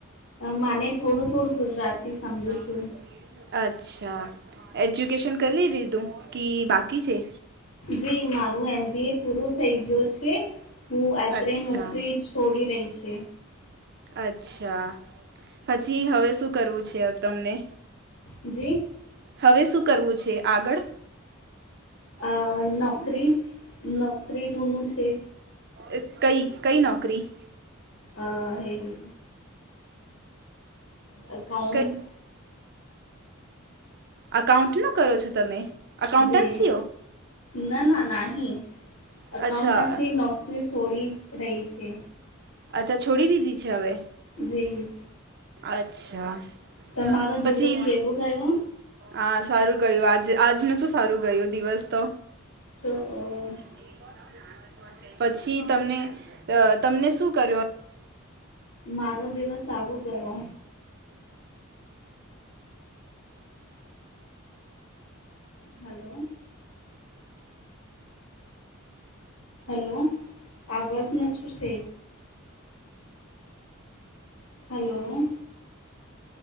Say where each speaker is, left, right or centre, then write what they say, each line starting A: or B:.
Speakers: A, on the left (about 80°); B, on the right (about 50°).
A: મને થોડું થોડું ગુજરાતી સમજુ
B: દામ
A: છું
B: શમીરી <inaudible> અચ્છા, એજ્યુકેશન કરી લીધું કી બાકી છે?
A: જી મારું એમ બી એ પૂરું થઈ ગયું છે. હું અત્રે
B: અચ્છા
A: નોકરી જ ખોડી રહી છે.
B: અચ્છા, પછી હવે શું કરવું છે તમને?
A: જી?
B: હવે શું કરવું છે આગળ?
A: અ નોકરી. નોકરી ઢુંઢું છે.
B: એ કઈ કઈ નોકરી એ <inaudible>
A: અ હે અકાઉન્ટ
B: કઈ એકાઉન્ટ નુ કરો છો તમે અકાઉન્ટન્સીઓ
A: જી ના ના નાહી
B: અચ્છા
A: અકાઉન્ટન્સી નોક રી સોડી રહી છે
B: અચ્છા છોડી દીધી છે હવે
A: જી
B: અચ્છા
A: તમારો
B: પછી
A: દિવસ કેવો ગયો
B: હા સારું ગયું આજ આજ ન તો સારું ગયું દિવસ તો
A: સો અ
B: <unintelligible> પછી તમને અ તમને શુ કરો
A: મારો દિવસ સારો ગયો હલો હલો <unintelligible> શુ સે હલો